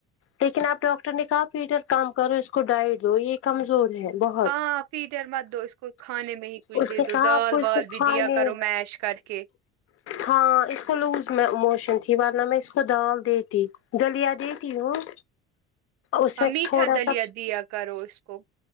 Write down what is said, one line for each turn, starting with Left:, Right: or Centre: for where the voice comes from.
Left: لیکن آپ ڈاکٹر نے کہا پیٹر کام کرو اس کو ڈائائیٹ دو یہ کمزور ہے بہت
Right: ہاں پیڈر مت دو اس کو کھانے میں ہی کچھ
Left: اس
Right: دے
Left: نے
Right: دو
Left: کہا
Right: دال
Left: آپ کو
Right: وال
Left: اس کو
Right: بھی
Left: کھانے
Right: دیا کرو میش کر کیک
Left: ہاں اس کو لوز میں موشن تھی ورنہ میں اس کو دال دیتی گلیا دیتی ہوں اس
Right: ہاں
Left: میں
Right: میٹھا
Left: تھوڑا
Right: دلیا
Left: سا
Right: دیا کرو اس کو